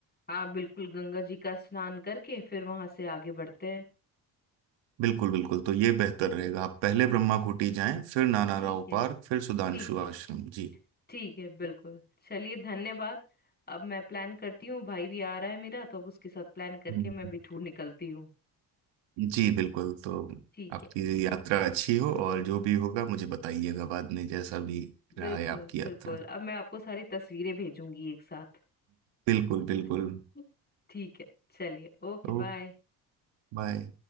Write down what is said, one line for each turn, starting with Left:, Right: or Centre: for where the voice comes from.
Left: हाँ बिल्कुल गंगा जी का स्नान करके फिर वहां से आगे बढ़ते हैं
Right: बिल्कुल बिल्कुल तो ये बेहतर रहेगा आप पहले ब्रह्मा कुटी जाएं फिर नाना
Left: ठीक
Right: राव
Left: है
Right: पार्क फिर सुधांशु
Left: ठीक है
Right: आश्रम जी
Left: ठीक है बिल्कुल चलिए धन्यवाद अब मैं प्लान करती हूँ भाई भी आ रहा है मेरा तो अब उसके साथ प्लान करके
Right: जी
Left: मैं बिठूर निकलती हूँ
Right: जी बिल्कुल तो
Left: ठीक
Right: आपकी
Left: है
Right: यात्रा अच्छी हो और जो भी होगा मुझे बताइएगा बाद में जैसा भी
Left: बिल्कुल
Right: रहा है आपकी
Left: बिल्कुल
Right: यात्रा
Left: अब मैं आपको सारी तस्वीरें भेजूंगी एक साथ
Right: बिल्कुल बिल्कुल
Left: <laughs> ठीक है चलिए ओके
Right: तो
Left: बाय
Right: बाय